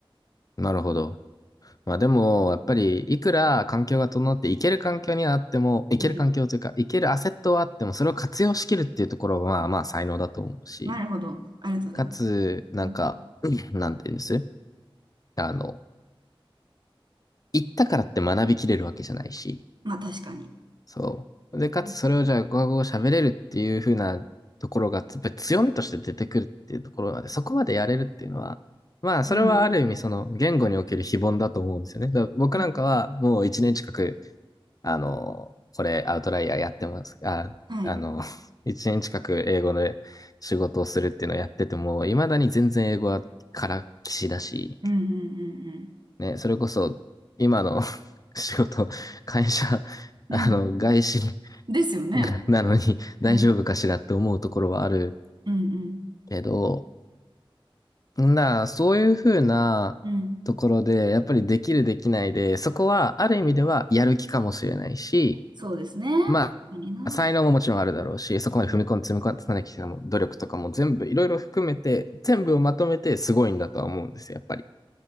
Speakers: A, on the left; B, on the right.
A: ん。なるほど。まあでも、やっぱり、いくら環境が整っていける環境にはあっても、いける環境というか、
B: うん。
A: いけるアセットはあっても、それを活用しきるっていうところは、まあまあ才能だと思うし、
B: なるほど。ありがとうございます。
A: かつ、なんか、
B: うん
A: <clears throat> なんて言うんですあの、行ったからって学びきれるわけじゃないし、
B: まあ確かに。
A: そう。で、かつそれをじゃあ、
B: う
A: 語学語喋れるっていう風なところが、やっぱり強みとして出てくるっていうところまで、そこまでやれるっていうのは、まあ、それはある意味、
B: ん。
A: その、言語における非凡だと思うんですよね。だから僕なんかは、
B: うん
A: もう一年近く、あの、これアウトライヤーやってます。あ、
B: はい。
A: あの、<laughs> 1年近く英語で仕事をするっていうのをやってても、未だに全然英語はからっきしだし、
B: うんうんうん
A: ね、それこそ今の <laughs> 仕事、会社、<laughs>
B: うん。
A: あの、
B: うん。
A: 外資
B: ですよね。
A: <laughs> なのに <laughs> 大丈夫かしらって思うところはある
B: うん。うん
A: けど、な、そういうふうなところで、
B: うん。うん。
A: やっぱりできるできないで、そこはある意味ではやる気かもしれないし、
B: そうですね。
A: まあ、
B: 確かにな。
A: 才能ももちろんあるだろうし、そこまで踏み込んで積み重ねてきた努力とかも全部いろいろ含めて、
B: うん
A: 全部をまとめてすごいんだとは思うんですよ、やっぱり。